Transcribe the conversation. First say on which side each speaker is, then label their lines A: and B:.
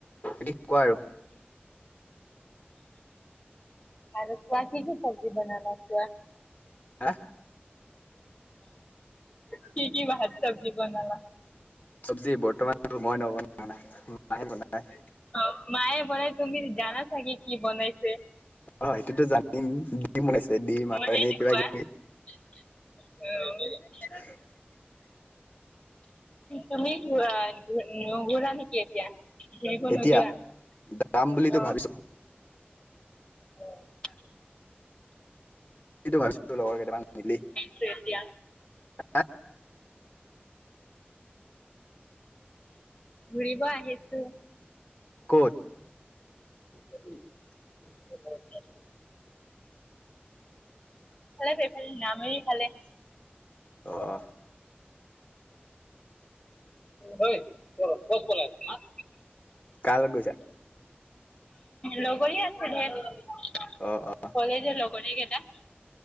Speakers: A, on the left; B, on the left.
A: কি কোৱা আৰু?
B: আৰু কোৱা কি কি চব্জি বনালা কোৱা?
A: হা?
B: কি কি ভাত চবজি বনালা?
A: চব্জি বৰ্তমানো মই নবনাই, মাহে বনাই।
B: অ মায়ে বনাই তুমি জানা চাগে কি বনাইছে?
A: অ সেইটোতো জানিম দিম বনাইছে দিম আৰু
B: সেইটো
A: এনেই কিবা
B: কোৱা।
A: - কিবি
B: অ।
A: <inaudible>
B: তুমি ঘূৰা নুঘুৰা নেকি এতিয়া? ফুৰিব
A: এতিয়া
B: নোযোৱা
A: যাম বুলিতো
B: অ।
A: ভাবিছো
B: অ <inaudible>
A: এইটো ভাবিছিলোঁ লগৰকেইটামান মিলি?
B: চু এতিয়া
A: হে!
B: ঘূৰিব আহিছো।
A: ক'ত?
B: <inaudible> ফালে এইফালে নামেৰিফালে।
A: অঁ।
B: হয় ব কত বল হাট।
A: কাল লাগ গৈছা?
B: লগৰয়ে আছে ঢেৰ।
A: অ অ।
B: কলেজৰ লগৰিকেইটা?